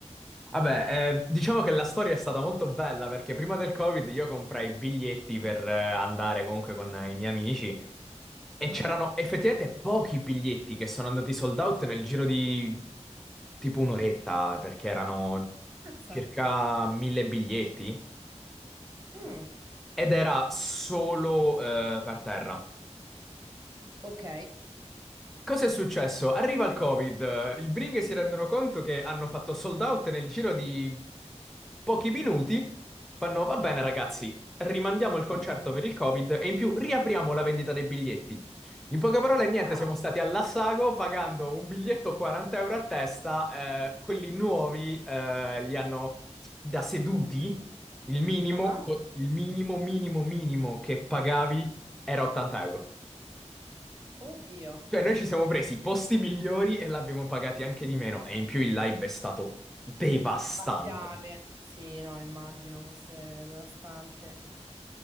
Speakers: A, in the centre; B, on the right.
A: Vabbè, eh, diciamo che la storia è stata molto bella perché prima del Covid io comprai i biglietti per eh, andare comunque con i miei amici e
B: Mhm.
A: c'erano effettivamente pochi biglietti che sono andati sold out nel giro di tipo un'oretta perché erano
B: Mazza.
A: circa mille biglietti
B: Mm,
A: ed era solo eh, per terra.
B: ok.
A: Cosa è successo? Arriva il Covid, i Bring si rendono conto che hanno fatto sold out nel giro di pochi minuti, fanno va bene ragazzi, rimandiamo il concerto per il Covid e in più riapriamo la vendita dei biglietti. In poche parole, niente,
B: Ah,
A: siamo stati all'assago pagando un biglietto 40 euro a testa, eh, quelli nuovi eh, li hanno da seduti, il minimo,
B: ah,
A: co- il minimo, minimo, minimo che pagavi era 80 euro.
B: oddio.
A: Cioè, noi ci siamo presi i posti migliori e l'abbiamo pagati anche di meno. E in più il live è stato devastante.
B: Spaziale. Sì, no, immagino fosse devastante.